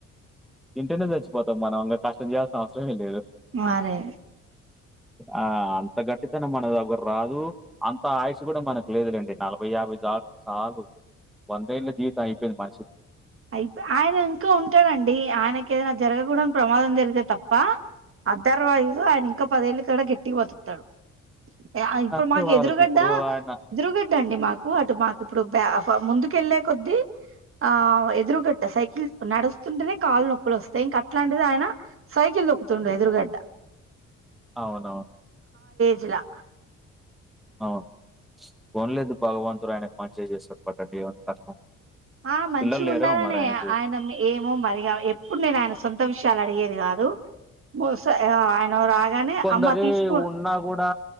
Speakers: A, in the centre; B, on the right.
A: తింటేనే చచ్చిపోతాం మనమింగ కష్టం చేయాల్సిన అవసరమే లేదు.
B: మరే
A: ఆ అంత గట్టితనం మన దగ్గర రాదు అంత ఆయిష్షు కూడా మనకు లేదులేండి నలభై యాభై ట్లాగు సాగు వందేళ్ళ జీవితం అయిపోయింది మనిషికి
B: అయితే ఆయన ఇంకా ఉంటాడండి. ఆయనకేదైనా జరగకూడని ప్రమాదం జరిగితే తప్ప అదర్ వైజ్ ఆయనింకా పదేళ్ళ కడ గట్టిగ బతుకుతాడు. య ఇప్పుడు
A: అంతే
B: మాకు
A: వాళ్ళకి
B: ఎదురుగడ్డ
A: ఇప్పుడు ఆయన
B: ఎదురుగడ్డ అండి మాకు అటు మాకు ఇప్పుడు బ్యా ప్ ముందుకెళ్లే కొద్దీ ఆ ఎదురుగడ్డ సైకిల్ నడుస్తుంటేనే కాళ్లు నొప్పులు వస్తాయి ఇంక అట్లాంటిది ఆయన సైకిల్ తొక్కుతుండు ఎదురుగడ్డ
A: అవునవును.
B: జిలా
A: అవును. పోన్లేదు భగవంతుడు ఆయనకు మంచి చేస్తడు పట్టండి ఏమంత కష్టం
B: ఆ మంచిగుండాలనే
A: పిల్లలు లేరేమో మరి ఆయనకి
B: ఆయన మె ఏమో మరిగా ఎప్పుడు నేను ఆయన సొంత విషయాలడిగే ది కాదు. బహుసా ఆయన రాగానే
A: కొందరి
B: అమ్మ తీసుకు
A: ఉన్నా కూడా